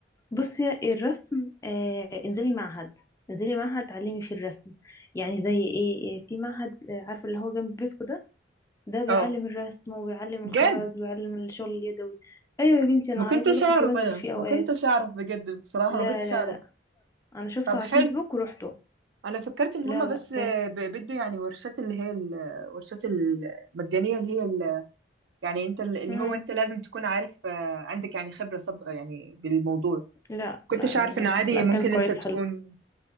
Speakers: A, on the left; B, on the right.
A: بصي الرسم آه انزلي معهد انزلي معهد تعلمي فيه الرسم يعني زي ايه إيه، في معهد آه، عارفه اللي هو جنب بيتكو ده ده بيعلم
B: اه
A: الرسم وبيعلم
B: بجد
A: الخراز وبيعلم الشغل اليدوي ايوه يا بنتي انا
B: ما كنتش
A: عايزه اقولك كنت
B: اعرف
A: بنزل
B: انا
A: فيه اوقات
B: ما كنتش اعرف بجد بصراحة
A: لا
B: ما كنتش
A: لا
B: اعرف
A: لا انا شفته
B: طب
A: على
B: حلو
A: الفيسبوك ورحته
B: انا فكرت ان هما
A: لا
B: بس
A: لا
B: آه، ب- بيدوا يعني ورشات اللي هي الورشات المجانية اللي هي ال- يعني انت ال- اللي
A: جامد
B: هو انت لازم تكون عارف آه، عندك يعني خبرة سابقة يعني بالموضوع
A: لا
B: كنتش
A: لا لا
B: عارف
A: لا
B: ان
A: لا,
B: عادي
A: لا
B: ممكن
A: كان كويس
B: انت تكون
A: حلو